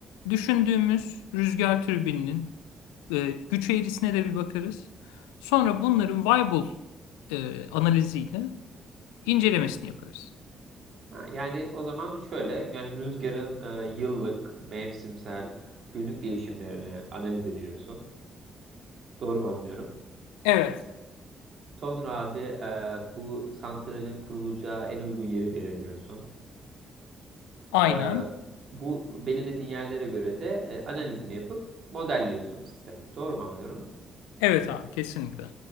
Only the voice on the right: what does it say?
Ha, yani o zaman şöyle yani rüzgarın e, yıllık, mevsimsel, günlük değişimlerini analiz ediyorsun. Doğru mu anlıyorum?
Sonra abi e, bu santralin kurulacağı en uygun yeri belirliyorsun.
E, bu belirlediğin yerlere göre de e, analizini yapıp modelliyorsun sistemi. Doğru mu anlıyorum?